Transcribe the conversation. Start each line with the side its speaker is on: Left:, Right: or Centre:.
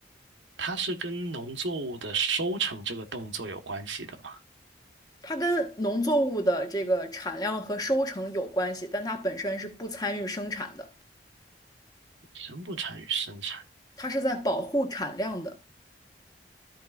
Right: 它是跟农作物的收成这个动作有关系的嘛？
Left: 它跟农作物的这个产量和收成有关系，但它本身是不参与生产的。
Right: 生不产与生产，
Left: 它是在保护产量的。